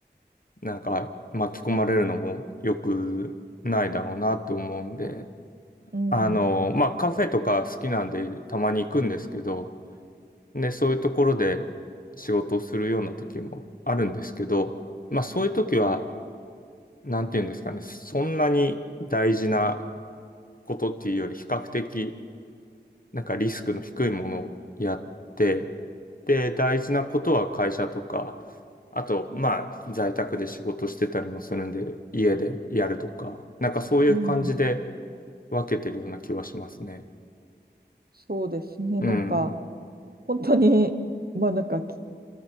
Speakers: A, on the left; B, on the right.
A: なんか巻き込まれるのも良くないだろうなと思うんで、
B: ん。
A: あの、まあカフェとか好きなんでたまに行くんですけど、でそういうところで仕事をするような時もあるんですけど、まあそういう時は、なんていうんですかね、そんなに大事なことっていうより比較的なんかリスクの低いものをやって、で、大事なことは会社とか、あと、まあ、在宅で仕事してたりもするんで、家でやるとか、なんかそういう感じで
B: うん。
A: 分けてるような気はしますね。
B: そうですね。
A: うん。
B: なんか、本当に、<laughs> まあなんかき、